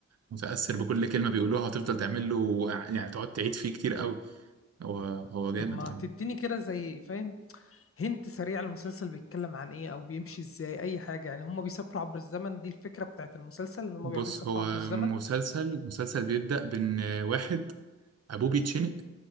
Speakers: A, on the right; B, on the left.
A: متأثر بكل كلمة بيقولوها وتفضل تعمل له يعني تقعد تعيد فيه كتير قوي هو هو جامد
B: طب ما
A: هو
B: تديني كده زي فاهم هنت سريع المسلسل بيتكلم عن ايه او بيمشي ازاي اي حاجه يعني هم بيسافروا عبر الزمن دي الفكره بتاعت المسلسل ان هم
A: بص
B: بيقعدوا يسافروا
A: هو
B: عبر الزمن
A: مسلسل مسلسل بيبدأ بإن واحد أبوه بيتشنق